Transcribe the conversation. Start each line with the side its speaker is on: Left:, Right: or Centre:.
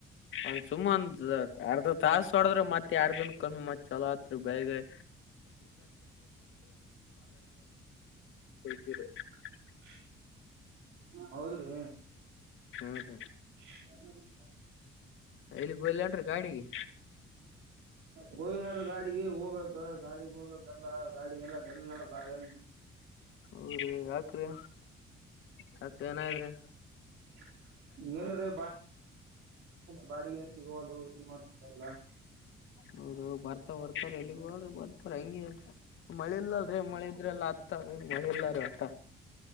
Left: ಅವ ಸುಮ ಒಂದ ಅರ್ಧ ತಾಸ ಹೊಡದ್ರ ಮತ್ತೆ ಎಡ ದಿನಕೂಮ್ಮಿ ಮತ್ ಚಲೋ ಆತ್ ಬೆಳಿ ಗಿಳಿ. <unintelligible>
Right: <inaudible> ಹೌದ್ರೀ.
Left: ಹ್ಮ್
Right: <inaudible>
Left: ಎಲ್ಲಿಗೂಲ್ಲನ್ರಿ ಗಾಡಿಗಿ.
Right: ಹೋಗಿ ನೋಡ್ರಿ ಗಾಡಿಗೆ ಹೋಗ್ಬೇಕ ಗಾಡಿಗೆ ಹೋಗ್ಬೇಕಲ್ಲಾ ಗಾಡಿಗೆಲ್ಲ ಡಲ್ ನಡದಾದ.
Left: ಹೌದ್ರೀ ಯಾಕ್ರಿ ಯಾಕ್ ಏನ್ ಆಗ್ಯಾದ್ರಿ.
Right: <unintelligible> ಬಾಡಿಗೆ ಎನ್ ಸಿಗುವಲ್ವು ಏನ್ ಮಾಡ್ತಿರಿ ಎಲ್ಲಾ.
Left: ಹೌದ ಬರ್ತಾರ್ ಬರ್ತ ಎಲ್ಲಿಗಿ ಹೊಲರಿ ಬರ್ತಾರ್ ಹಂಗೆ ಮಳೆ ಇಲ್ಲಲ್ರೀ ಮಳೆ ಇದ್ರೆಲ್ ತಾರ್ ಮಳಿ ಇಲ್ಲಾರಿ ಒಟ್ಟ.